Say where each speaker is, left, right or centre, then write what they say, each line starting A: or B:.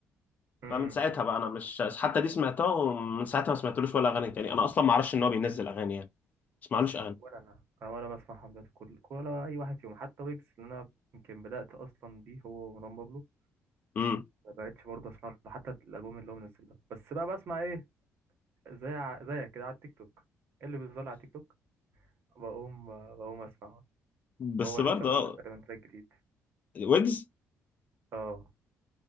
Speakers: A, on the right; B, on the left.
A: امم
B: فمن ساعتها بقى انا مش حتى دي سمعتها ومن ساعتها ما سمعتلوش ولا اغاني تاني انا اصلا ما اعرفش ان هو بينزل اغاني يعني ما اسمعلوش اغاني
A: ولا انا انا ولا بسمع حملات كل ولا اي واحد فيهم حتى ويجز اللي انا يمكن بدأت اصلا بيه هو ومروان بابلو
B: امم
A: ما بقتش برضه اسمع له حتى الالبوم اللي هو منزل ده بس بقى بسمع ايه زي ع- زيك كده على التيك توك إيه اللي بيظهر لي على التيك توك بقوم بقوم اسمعه
B: بس
A: هو
B: برضه
A: لسه منزل
B: اه
A: تقريبا تراك جديد
B: ويجز
A: اه